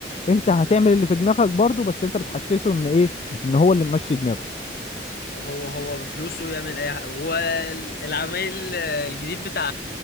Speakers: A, on the left; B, on the left.
A: انت هتعمل اللي في دماغك برضو بس انت بتحسسه ان ايه ان هو اللي ممشي دماغه
B: وهو هو بفلوسه يعمل اي حاجه والعميل الجديد بتاع